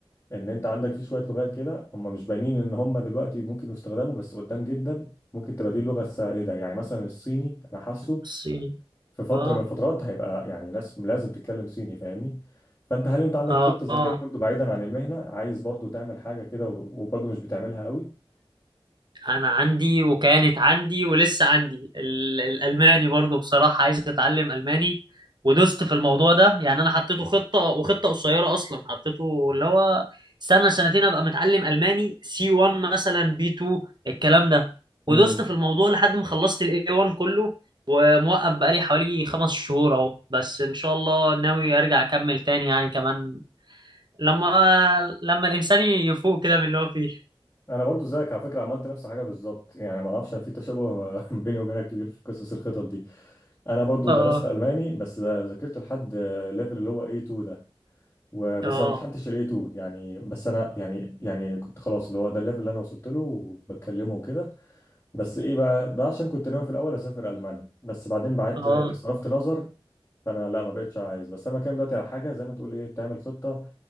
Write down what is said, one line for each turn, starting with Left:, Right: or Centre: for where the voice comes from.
Left: ان انت عندك في شوية لغات كده هم مش باينين ان هم دلوقتي ممكن يستخدموا بس قدام جدا ممكن تبقى دي اللغة السائدة يعني مثلا الصيني انا حاسه
Right: الصيني
Left: في فتره
Right: اه
Left: من الفترات هيبقى يعني ناس لازم تتكلم صيني فاهمني فانت هل انت عندك
Right: اه
Left: خطه زي
Right: اه
Left: كده برضه بعيدا عن المهنه عايز برضه تعمل حاجه كده و- وبرضه مش بتعملها قوي
Right: انا عندي وكانت عندي ولسه عندي ال- الالماني برضو بصراحة عايز اتعلم الماني ودوست في الموضوع ده يعني انا حطيته خطة وخطة قصيرة اصلا حطيته اللي هو سنة سنتين ابقى متعلم الماني سي 1 مثلا بي 2 الكلام ده
Left: امم
Right: ودوست في الموضوع لحد ما خلصت الاي 1 كله وموقف بقالي حوالي خمس شهور اهو بس ان شاء الله ناوي ارجع اكمل تاني يعني كمان لما لما الانسان يفوق كده من اللي هو فيه
Left: انا برضه زيك على فكره عملت نفس الحاجه بالظبط يعني ما اعرفش في تشابه <laughs> بيني وبينك كبير في قصص الخطط دي انا برضه
Right: اه
Left: درست الماني بس ذاكرت لحد ليفل اللي هو A2 ده وبس
Right: اه
Left: ما امتحنتش ال A2 يعني بس انا يعني يعني كنت خلاص اللي هو ده الليفل اللي انا وصلت له وبتكلمه وكده بس ايه بقى ده عشان كنت ناوي في الاول اسافر المانيا بس بعدين بعدت
Right: اه
Left: صرفت نظر فانا لا ما بقتش عايز بس انا بتكلم دلوقتي على حاجه زي ما تقول ايه بتعمل خطه